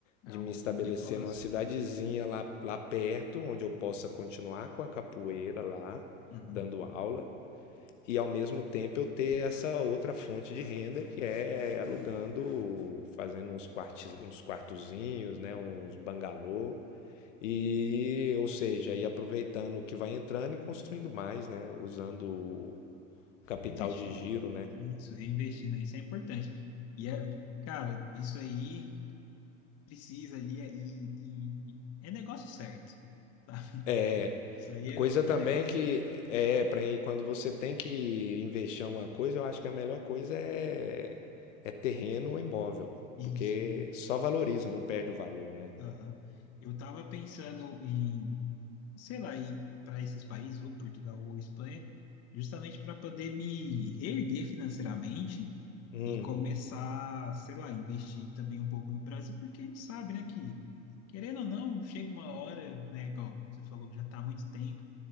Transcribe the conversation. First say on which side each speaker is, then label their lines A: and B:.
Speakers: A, on the left (about 40°); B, on the left (about 85°).
A: É
B: de
A: um
B: me estabelecer
A: bom negócio.
B: numa cidadezinha lá, lá perto, onde eu possa continuar com a capoeira lá,
A: Uhum.
B: dando aula, e ao mesmo tempo eu ter essa outra fonte de renda que é alugando, fazendo uns quartos, uns quartozinhos, né? Uns bangalô. E, ou seja, ir aproveitando o que vai entrando e construindo mais, né? Usando o capital
A: Investindo.
B: de giro, né?
A: Isso, reinvestindo, isso é importante. E, é, cara, isso aí precisa ali é- e, e é negócio certo, <laughs> sabe?
B: É.
A: Isso aí é
B: Coisa
A: o tipo
B: também
A: de negócio
B: que
A: que é
B: é para quando você tem que investir em alguma coisa, eu acho que a melhor coisa é, é terreno ou imóvel,
A: isso.
B: porque só valoriza, não perde o valor, né?
A: Aham. Eu tava pensando em, sei lá, ir para esses países, ou Portugal ou Espanha, justamente para poder me erguer financeiramente
B: Hum,
A: e começar, sei lá, investir também um pouco no Brasil, porque a gente sabe, né, que querendo ou não, chega uma hora, né, igual você falou, já tá há muito tempo